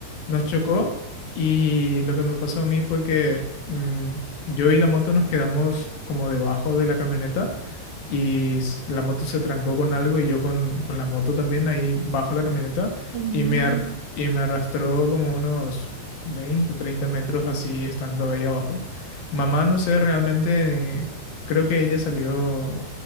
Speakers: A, on the left; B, on the right.
A: nos chocó y lo que me pasó a mí fue que mm, yo y la moto nos quedamos como debajo de la camioneta y s- la moto se trancó con algo y yo con, con la moto también ahí bajo la camioneta
B: Uy,
A: y
B: no,
A: me, ar-
B: no.
A: y me arrastró como unos 20 30 metros así estando ahí abajo. Mamá, no sé realmente, eh, creo que ella salió,